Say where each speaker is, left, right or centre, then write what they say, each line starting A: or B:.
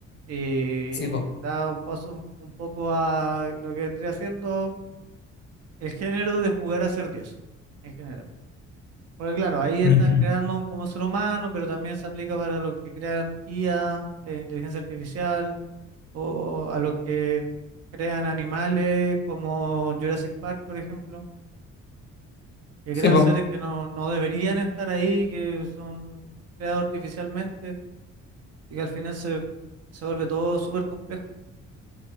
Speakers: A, on the right; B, on the left.
A: y
B: Sí, po.
A: da un paso un un poco a lo que vendría siendo el género de jugar a ser Dios en general. Porque claro, ahí están
B: Ujú.
A: creando un como ser humano, pero también se aplica para los que crean IA, eh, inteligencia artificial, o a los que crean animales como Jurassic Park, por ejemplo que
B: Sí,
A: crean
B: po.
A: seres que no, no deberían estar ahí, que son creados artificialmente y que al final se, se vuelve todo súper complejo